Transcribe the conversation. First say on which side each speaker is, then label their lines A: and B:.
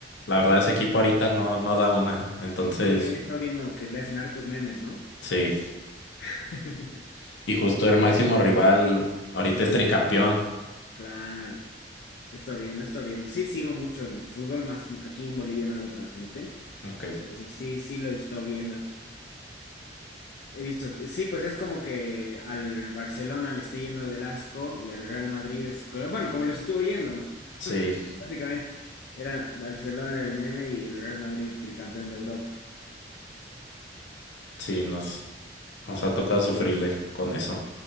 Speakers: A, on the left (about 80°); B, on the left (about 60°).
A: la verdad ese equipo ahorita no, no da una. Entonces,
B: Sí, he estado viendo que le hacen hartos memes, ¿no?
A: sí.
B: <laughs>
A: Y justo el máximo rival ahorita
B: Que se la
A: es tricampeón.
B: Claro, está viendo, está viendo. Sí, sigo mucho el fútbol, más aquí en Bolivia no lo transmiten.
A: Ok.
B: Entonces, sí, sí lo he estado viendo. He visto, sí, pues es como que al Barcelona le esté yendo del asco y al Real Madrid es, co- bueno, como les estuvo yendo, ¿no?
A: Sí,
B: Básicamente, era Barcelona era el meme y el Real Madrid tricampeón de Europa.
A: sí, nos, nos ha tocado sufrirle con eso.